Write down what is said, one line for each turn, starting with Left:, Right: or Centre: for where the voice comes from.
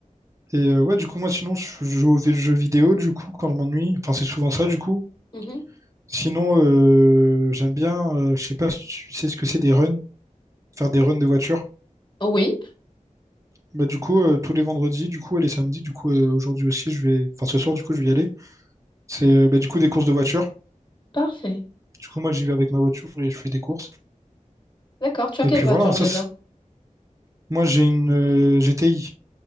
Right: Et euh, ouais, du coup, moi, sinon, je je joue aux jeux vidéo, du coup, quand je m'ennuie. Enfin, c'est souvent ça, du coup.
Left: Mhm.
Right: Sinon, euh, j'aime bien, euh, je sais pas si tu sais ce que c'est des runs, faire des runs de voiture.
Left: Oui,
Right: Bah, du coup, euh, tous les vendredis, du coup, et les samedis, du coup, euh, aujourd'hui aussi, je vais, enfin, ce soir, du coup, je vais y aller. C'est, euh, bah, du coup, des courses de voiture.
Left: parfait.
Right: Du coup, moi, j'y vais avec ma voiture et je fais des courses.
Left: D'accord, tu as
Right: Et
Left: quelle
Right: puis
Left: voiture
Right: voilà, hein, ça,
Left: déjà?
Right: c'est- moi, j'ai une euh, GTI.